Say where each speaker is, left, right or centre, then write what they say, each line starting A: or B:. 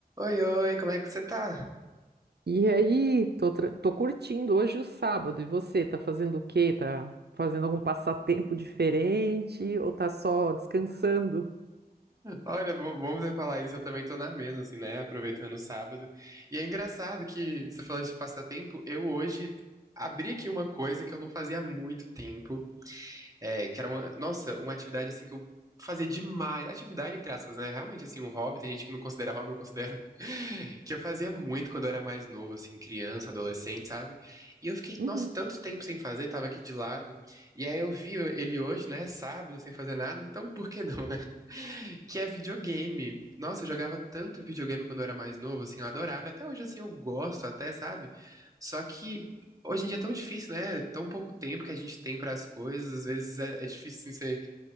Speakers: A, on the right; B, on the right.
A: Oi, oi, como é que você tá?
B: E aí, tô, tra- tô curtindo hoje o sábado. E você, tá fazendo o quê? Tá fazendo algum passatempo diferente ou tá só descansando?
A: Olha, bom bom você falar isso, eu também tô na mesma, assim, né? Aproveitando o sábado. E é engraçado que você falou de passatempo, eu hoje abri aqui uma coisa que eu não fazia há muito tempo, É, que era uma, nossa, uma atividade assim que eu fazia demais. Atividade, entre aspas, né? Realmente, assim, um hobby. Tem gente que não considera hobby, eu considero. <laughs> Que eu fazia muito quando eu era mais novo, assim, criança, adolescente, sabe? E eu fiquei,
B: Uhum.
A: nossa, tanto tempo sem fazer, tava aqui de lado. E aí eu vi ele hoje, né? Sábado, sem fazer nada. Então, por que não, né? <laughs> Que é videogame. Nossa, eu jogava tanto videogame quando eu era mais novo, assim, eu adorava. Até hoje, assim, eu gosto, até, sabe? Só que Hoje em dia é tão difícil, né? É Tão pouco tempo que a gente tem para as coisas. Às vezes é, é difícil, assim, você,